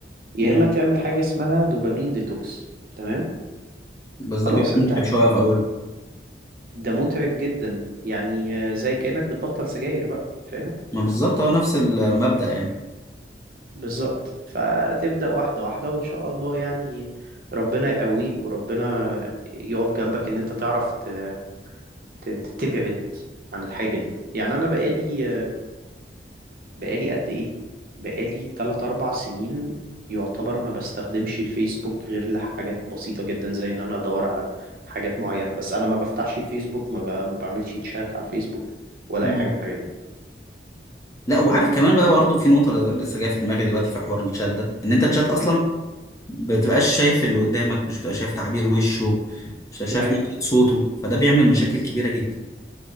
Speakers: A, on the right (about 50°); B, on the left (about 20°).
A: يا
B: مم.
A: اما تعمل حاجه اسمها دوبامين ديتوكس تمام
B: بس ده
A: خلاص
B: بيبقى
A: انت
B: متعب
A: هت...
B: شويه في اوله
A: ده متعب جدا يعني آه، زي كانك بتبطل سجاير بقى فاهم
B: ما بالظبط هو نفس المبدا يعني
A: بالظبط فتبدأ واحدة واحدة وإن شاء الله يعني ربنا يقويك وربنا يقف جنبك إن أنت تعرف ت- ت- تبعد عن الحاجة دي يعني أنا بقالي بقالي قد إيه بقالي 3 أربع سنين يعتبر ما بستخدمش الفيسبوك غير لحاجات بسيطة جدا زي إن أنا أدور على حاجات معينة بس أنا ما بفتحش الفيسبوك ما, ب... ما بعملش تشات على الفيسبوك ولا
B: مم.
A: أي حاجة من الحاجات دي
B: لا وعارف كمان بقى برضو في نقطه ل- لسه جايه في دماغي دلوقتي في حوار الشات ده ان انت الشات اصلا
A: م?
B: بتبقاش شايف اللي قدامك مش بتبقى شايف تعبير وشه مش بتبقى
A: دي
B: شايف
A: حقيقة
B: نبرة صوته فده بيعمل مشاكل كبيره جدا